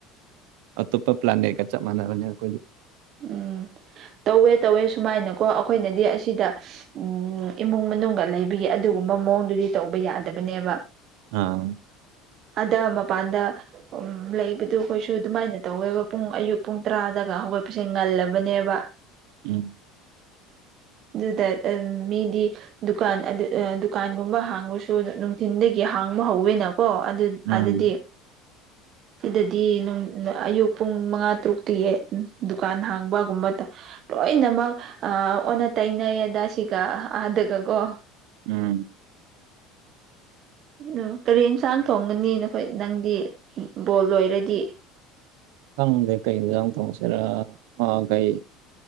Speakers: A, on the right (about 75°); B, on the right (about 40°).
A: ꯑꯇꯣꯞꯄ ꯄ꯭ꯂꯥꯟꯅꯦꯠꯀ ꯆꯞ ꯃꯥꯟꯅꯕꯅꯦ ꯑꯩꯈꯣꯏꯗꯤ
B: ꯎꯝ ꯇꯧꯋꯦ ꯇꯧꯋꯦ ꯁꯨꯃꯥꯏꯅꯀꯣ ꯑꯩꯈꯣꯏꯅꯗꯤ ꯑꯁꯤꯗ ꯎꯝ ꯏꯃꯨꯡ ꯃꯅꯨꯡꯒ ꯂꯩꯕꯒꯤ ꯑꯗꯨꯒꯨꯝꯕ ꯃꯑꯣꯡꯗꯨꯗꯤ ꯇꯧꯕ ꯌꯥꯗꯕꯅꯦꯕ
A: ꯑꯥ
B: ꯑꯗꯥ ꯃꯄꯥꯟꯗ ꯎꯝ ꯂꯩꯕꯗꯨ ꯑꯩꯈꯣꯏꯁꯨ ꯑꯗꯨꯃꯥꯏꯅ ꯇꯧꯋꯦꯕ ꯄꯨꯡ ꯑꯌꯨꯛ ꯄꯨꯡ ꯇꯔꯥꯗꯒ ꯍꯧꯒꯠ ꯁꯦ ꯉꯜꯂꯕꯅꯦꯕ
A: ꯎꯝ
B: ꯑꯗꯨꯗꯠ ꯑꯝ ꯃꯤꯗꯤ ꯗꯨꯀꯥꯟ ꯑꯗꯨ ꯑ ꯗꯨꯀꯥꯟꯒꯨꯝꯕ ꯍꯥꯡꯕꯁꯨ ꯅꯨꯡꯊꯤꯟꯗꯒꯤ ꯍꯥꯡꯕ ꯍꯧꯋꯦꯅꯀꯣ ꯑꯗꯨ
A: ꯎꯝ
B: ꯑꯗꯗꯤ ꯁꯤꯗꯗꯤ ꯅꯪ ꯅ ꯑꯌꯨꯛ ꯄꯨꯡ ꯃꯉꯥ ꯇꯔꯨꯛꯇꯒꯤ ꯗꯨꯀꯥꯟ ꯍꯥꯡꯕꯒꯨꯝꯕꯗ ꯂꯣꯏꯅꯃꯛ ꯑ ꯑꯣꯟꯅ ꯇꯩꯅꯩꯌꯦꯗ ꯁꯤꯒ ꯑꯥꯗꯒꯀꯣ
A: ꯎꯝ
B: ꯑꯣ ꯀꯔꯤ ꯌꯦꯟꯁꯥꯡ ꯊꯣꯡꯒꯅꯤ ꯅꯈꯣꯏ ꯅꯪꯗꯤ ꯕꯣꯜ ꯂꯣꯏꯔꯗꯤ
A: ꯈꯪꯗꯦ ꯀꯩ ꯏꯟꯁꯥꯡ ꯇꯣꯡꯁꯤꯔ ꯑ ꯒꯩ